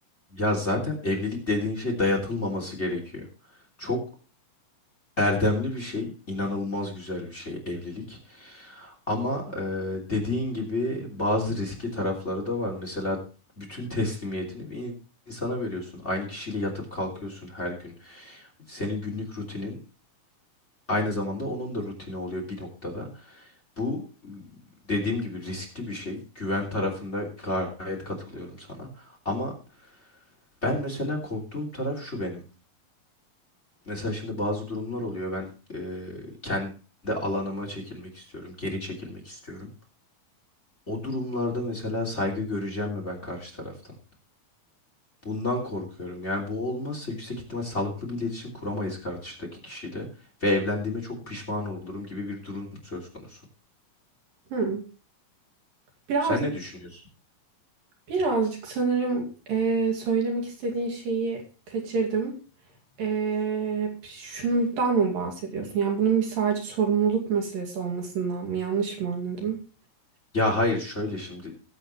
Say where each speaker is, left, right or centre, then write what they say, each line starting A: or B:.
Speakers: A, on the left (about 20°); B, on the right (about 70°).
A: Ya zaten evlilik dediğin şey dayatılmaması gerekiyor. Çok erdemli bir şey, inanılmaz güzel bir şey evlilik. Ama e, dediğin gibi bazı riski tarafları da var. Mesela bütün teslimiyetini bir in- insana veriyorsun. Aynı kişiyle yatıp kalkıyorsun her gün. Senin günlük rutinin aynı zamanda onun da rutini oluyor bir noktada. Bu e, dediğim gibi riskli bir şey. Güven tarafında gayet katılıyorum sana. Ama ben mesela korktuğum taraf şu benim. Mesela şimdi bazı durumlar oluyor. Ben e, kendi alanıma çekilmek istiyorum, geri çekilmek istiyorum. O durumlarda mesela saygı göreceğim mi ben karşı taraftan? Bundan korkuyorum. Yani bu olmazsa yüksek ihtimal sağlıklı bir iletişim kuramayız karşıdaki kişiyle ve evlendiğime çok pişman olurum gibi bir durum söz konusu.
B: Hı. Birazcık,
A: Sen ne düşünüyorsun?
B: birazcık sanırım eee, söylemek istediğin şeyi kaçırdım. Eee, şundan mı bahsediyorsun? Yani bunun bir sadece sorumluluk meselesi olmasından mı? Yanlış mı anladım?
A: Ya hayır şöyle şimdi